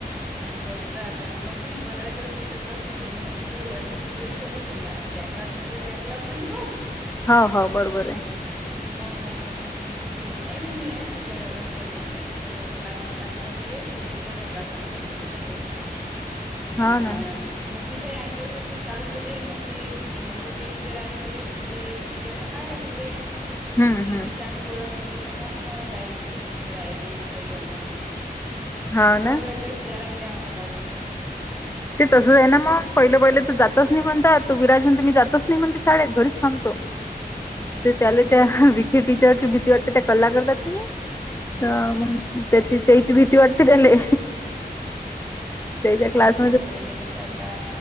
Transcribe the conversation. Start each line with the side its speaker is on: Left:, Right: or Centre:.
Centre: घाबरतात आणि मग की नाही पंधरा दिवस तिथं बसली, मग मी म्हटलं बाई हे असं किती दिवस. चा समजा त्या क्लासमध्ये, त्या क्लासमध्ये बस.
Left: हो हो. बरोबर आहे.
Centre: मग म्हणे की नाही म्हणे मी, याचं टीचर का म्हटलं नाही या टीचरच्या. क्लासमध्ये टाकलं का तुम्ही, तिकडच्या क्लासमध्ये टाकलं तिकडेच बसाव लागते मगं.
Left: हा ना
Centre: मग तिथं आठ दिवसाशीच काढून दिले मग ती भूते टीचर आली तर ती भू ती टीचरन पाहिले तिले.
Left: हम्म
Centre: मग त्याची
Left: हम्म
Centre: चांगली ओळख झाली तर, मग राहिली मग राय मग काही वांध नव्हता.
Left: हा ना
Centre: पंधरा दिवस द्याय लागले, आम्हाला काढून असं.
Left: ते तसंच आहे ना
Centre: हम्म
Left: मग. पहिलं पहिलं तर जातच नाही म्हणतात, तो विराज म्हणतो मी जातच नाही म्हणतो, शाळेत घरीच थांबतो.
Centre: हा ना
Left: ते त्याला त्या
Centre: लेकर
Left: वी हे टीचर ची भीती वाटते त्या, कल्ला करत्यात कणी
Centre: हा
Left: मगं. त्याची त्याची, भीती वाटते तेले त्याच्या क्लास.
Centre: त लेकडेले कसं आता.